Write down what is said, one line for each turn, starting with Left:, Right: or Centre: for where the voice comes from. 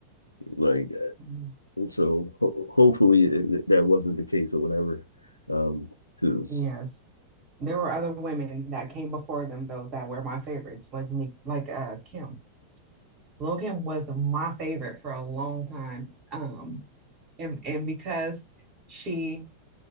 Left: like that.
Right: <laughs>
Left: so ho hopefully it, that wasn't the case or whatever. Um, because
Right: Yes. There were other women that came before them though that were my favorites, like Nick, like uh Kim. Logan was my favorite for a long time. Um, and and because she